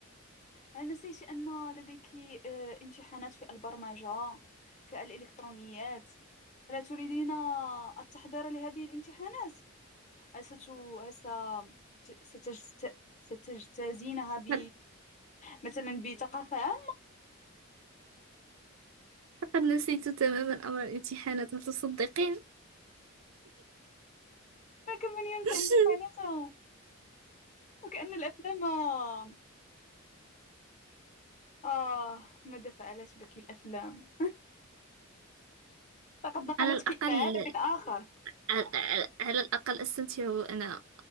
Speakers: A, on the left; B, on the right.
A: هل نسيت أن لديك آه، امتحانات في البرمجة في الإلكترونيات؟ ألا تريدين التحضير لهذه الامتحانات؟ هل ست... هل ست- ستجت... ستجتازينها
B: <laughs>
A: ب... مثلا بثقافة
B: لقد لقد نسيت تماما أمر الامتحانات هل تصدقين
A: ما كان من ينسى
B: <laughs>
A: إن جفانته وكأن الأفلام آه آه، ماذا فعلت بك الأفلام لقد نقلتك
B: على الأقل
A: إلى عالم آخر
B: على, على على الأقل أستمتع وأنا